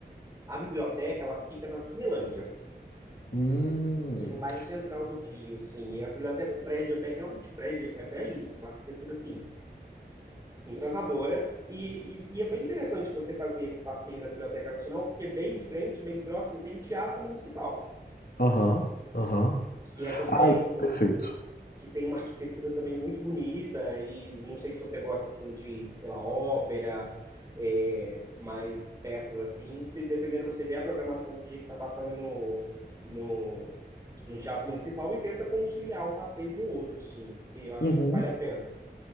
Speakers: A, on the right (about 20°); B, on the left (about 60°).
A: a biblioteca, ela fica na Cinelândia,
B: Hum.
A: que é um bairro central do Rio, assim. E a biblioteca, o prédio é bem, realmente, o prédio é belíssimo, uma arquitetura, assim, encantadora. E, e, e é bem interessante você fazer esse passeio na Biblioteca Nacional, porque bem em frente, bem próximo, tem o Teatro Municipal,
B: Aham, aham.
A: que é também,
B: Ai,
A: assim,
B: perfeito.
A: que tem uma arquitetura também muito bonita, e não sei se você gosta assim de, sei lá, ópera, é, mais peças assim, se dependendo você vê a programação do dia que está passando no, no, no Teatro Municipal e tenta conciliar um passeio com o outro, assim, porque eu acho
B: Uhum.
A: que vale a pena.